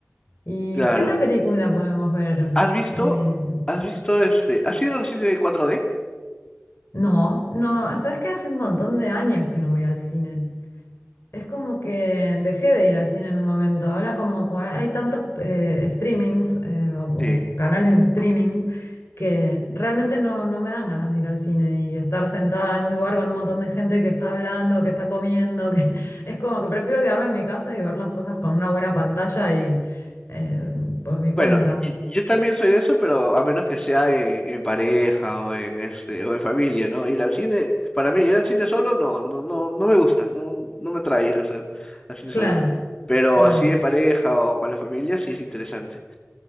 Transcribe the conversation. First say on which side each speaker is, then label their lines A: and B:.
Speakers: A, on the left; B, on the left.
A: ¿Y
B: claro.
A: qué otra película podemos ver?
B: ¿Has visto?
A: Eh,
B: ¿Has visto este? ¿Has ido al cine 4D?
A: no, no, ¿sabes qué? Hace un montón de años que no voy al cine. Es como que dejé de ir al cine en un momento. Ahora como co- hay tantos eh, streamings eh, o, o
B: Sí.
A: canales de streaming que realmente no, no me dan ganas de ir al cine y estar sentada en un lugar con un montón de gente que está hablando, que está comiendo, que <laughs> es como que prefiero quedarme en mi casa y ver las cosas con una buena pantalla y eh, por mi cuenta.
B: Bueno, y, y yo también soy de eso, pero a menos que sea en, en pareja o en este o en familia, ¿no? Ir al cine, para mí ir al cine solo no, no, no, no me gusta, no, no me atrae ir al sol- al cine
A: Claro,
B: solo. Pero
A: claro.
B: así en pareja o con la familia sí es interesante.